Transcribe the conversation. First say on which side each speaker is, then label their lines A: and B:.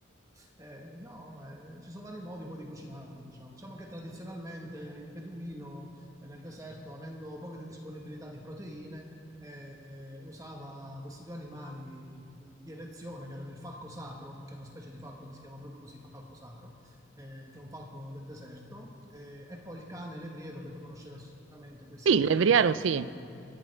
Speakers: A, on the right; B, on the right.
A: Eh, no, eh, ci sono vari modi poi di cucinarlo, diciamo. Diciamo che tradizionalmente il beduino eh, nel deserto, avendo poche disponibilità di proteine, eh, usava questi due animali mh, di elezione, che erano il falco sacro, che è una specie di falco che si chiama proprio così, falco sacro, eh, che è un falco del deserto, eh, e poi il cane levriero, che tu conoscerai sicuramente, quei seluchi,
B: Sì, il levriero
A: quei famosi
B: sì,
A: cani